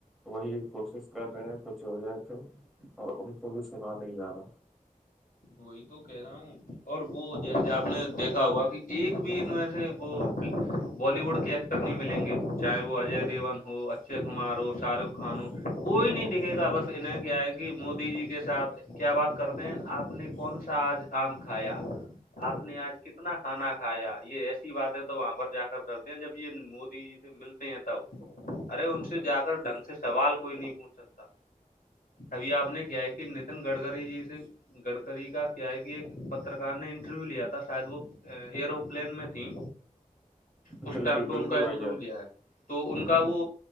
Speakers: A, in the centre; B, on the left.
A: وہی کوشش کر رہے ہیں کچھ ہو جائے تو اور ان کو بھی سنا نہیں جا رہا
B: وہی تو کہہ رہے ہ اور وہ جیسے آپ نے دیکھا ہوا کہ ایک بھی میں سے وہ بالی ووڈ کے ایکٹر نہیں ملیں گے چاہے وہ اجے دیوون ہو اچے کمار ہو شاہ رخ کانوں کوئی نہیں دکھے گا بس انہ کیا آئے کہ مودی جی کے ساتھ کیا بات کرتے ہیں آپ آ نے کون سا آج آم کھایا آپ نے آج کتنا کھانا کھایا یہ ایسی باتیں تو وہاں پر جا کر کرتے ہیں جب یہ مودی ملتے ہیں تب ارے ان سے جا کر ڈھنگ سے سوال کوئی نہیں پوچھ سکتا ابھی آپ نے کیا ہے کہ نتن گڈکری جی سے <unintelligible> گڑکری کا کیا ہے کہ ایک پترکار نے انٹرویو لیا تھا شاید وہ ایروپلین میں تھیں اس
A: بالکل
B: ٹائم پہ ان
A: بالکل
B: کا
A: بھائی
B: انٹرویو
A: جان
B: لیا ہے تو ان کا وہ